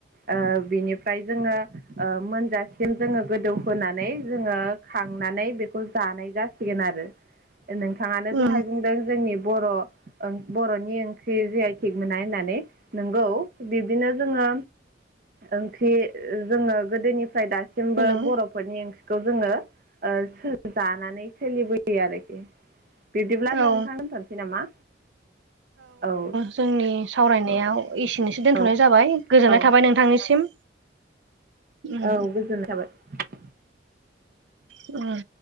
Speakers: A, on the right (about 50°); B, on the right (about 80°).
A: ओ बिनिफ्राय जोङो ओ मोनजासिम जोङो गोदौ होनानै जोङो खांनानै बेखौ जानाय जासिगोन आरो नोंथाङानो
B: उम
A: दहाय बुंदों जोंनि बर' ओं बर'नि ओंख्रि जे आय थिग मोना होननानै नोंगौ बिब्दिनो जोङो ओंख्रि जोङो गोदोनिफ्राय दा थिंबो
B: हेलौ
A: बर'फोरनि ओंख्रिखौ जोङो ओ सो जानानै सोलिबोयो आरोखि बिब्दिब्ला
B: औ
A: नोंथां दोनथ'नोसै नामा औ।
B: जोंनि सावरायनायाव
A: दे
B: एसेनोसै दोनथ'नाय
A: औ
B: जाबाय गोजोननाय
A: औ
B: थाबाय नोंथांनिसिम। उम
A: औ गोजोननाय थाबाय।
B: उम